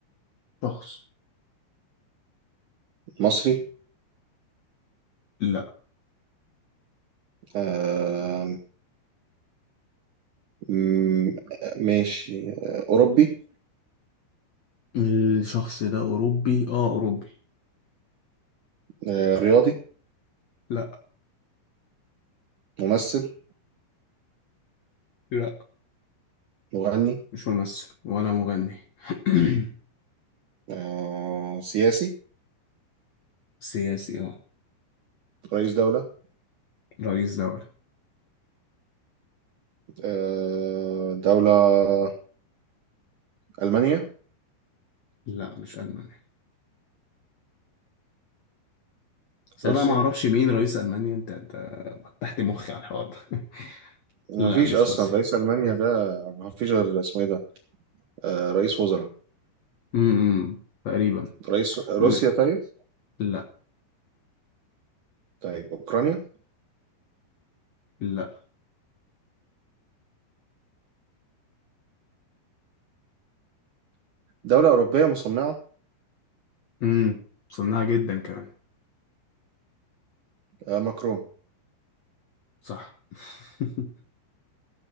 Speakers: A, on the left (about 70°); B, on the right (about 75°).
A: شخص
B: مصري
A: لا
B: آه، م- ماشي آه، أوروبي
A: الشخص ده أوروبي اه أوروبي
B: آه، رياضي
A: لا
B: ممثل
A: لا
B: مغني
A: مش ممثل ولا مغني <clears throat>
B: آه، سياسي
A: سياسي اه
B: رئيس دولة
A: رئيس دولة
B: آه، دولة ألمانيا
A: لا مش ألمانيا بس
B: روسيا
A: أنا بقى معرفش مين رئيس ألمانيا انت انت فتحت مخي على الحوار ده <laughs> لا
B: ما فيش
A: مش
B: اصلا
A: روسيا
B: رئيس المانيا ده ما فيش غير اسمه ايه ده آه رئيس وزراء
A: امم امم، تقريبا
B: رئيس روسيا
A: م-
B: طيب
A: لا
B: طيب اوكرانيا
A: لا
B: دوله اوروبيه مصنعه
A: امم صناعة جدا كمان
B: آه ماكرون
A: صح <laughs>